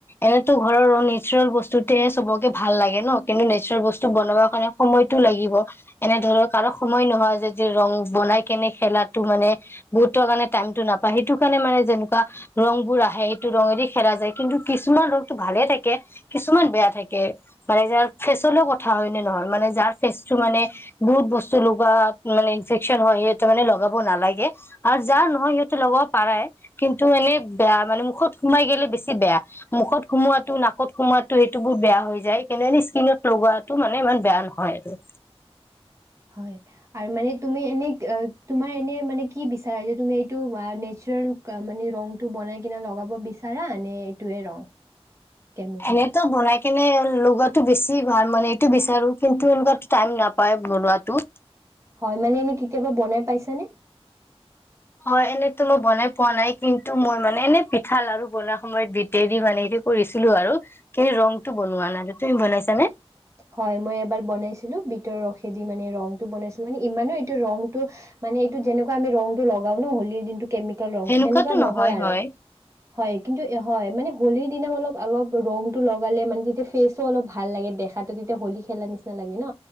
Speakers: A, on the left; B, on the right.
A: এনেতো ঘৰৰ ৰ নেচাৰেল বস্তুতে চবকে ভাল লাগে ন কিন্তু নেচাৰেল বস্তু বনাব কাৰণে সময়তটো লাগিব। এনে ধৰক কাৰক সময় নহয় যে যে ৰং বনাই কেনে খেলাত। বুত কাৰে টাইমতটো নাপায় সেইটো কাৰণে মানে যেনেকুৱা ৰং বোৰ আহে সেইটো ৰঙেদি খেলা যায় কিন্তু কিছুমান ৰঙটো ভালে থাকে কিছুমান বেয়া থাকে, মানে যাৰ ফেচলৈ কথা হয় নে নহয় মানে যাৰ ফেচ টো মানে বহুত বস্তু লগোৱা মানে ইনফেকচন হয় সেইটো মানে লগাব নালাগে আৰু যাৰ নহয় সিহতে লগাব পাৰে, কিন্তু এনে বেয়া মানে মুখত সোমাই গলে বেছি বেয়া। মুখত সোমোৱাটো নাকত সোমোৱাটো সেইটো বোৰ বেয়া হৈ যায় এনে স্কিনত লগোৱাটো মানে ইমান বেয়া নহয় আৰু
B: হয় আৰু মানে তুমি এনে তোমাৰ এনে মানে কি কি বিচাৰা যে তুমি এইটো নেচাৰেল মানে ৰংটো বনাই কিনে লগাব বিচাৰা নে এইটোৱে ৰং কেমিকেল?
A: এনেতো বনাই এনে লগোৱাটো বেছি ভাল মানে এইটো বিচাৰো কিন্তু এনোকোবা টাইম নাপাই বনোৱাতো
B: হয় মানে এনেই কেতিয়াবা বনাই পাইছানে
A: হয়, এনেতো মই বনাই পোৱা নাই কিন্তু মই মানে এনে পিঠা লাৰু বনুৱাৰ সময়ত বিতেদি মানে এইটো কৰিছিলো আৰু কিন্তু ৰংটো বনোৱা নাই। তুমি কৰিছানে?
B: হয় মই এবাৰ বনাইছিলো বিটৰ ৰসেদি মানে ৰংটো বনাইছিলো মানে ইমানো এইটো ৰংটো মানে এইটো যেনেকুৱা আমি ৰংটো লগাও ন হলীৰ দিনটোত কেমিকেল ৰং
A: সেনেকুৱাতো
B: সেনেকুৱা নহয় আৰু
A: হয়
B: হয় কিন্তু হয় মানে। হোলিৰ দিনা অলপ অলপ ৰং টো লগালে মানে তেতিয়া ফেচটো অলপ ভাল লাগে দেখাত। ত তেতিয়া হলী খেলা নিচিনা লাগে ন'।